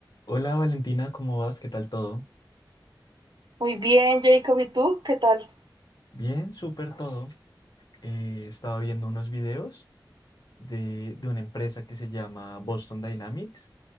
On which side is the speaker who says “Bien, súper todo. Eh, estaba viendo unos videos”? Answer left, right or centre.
Left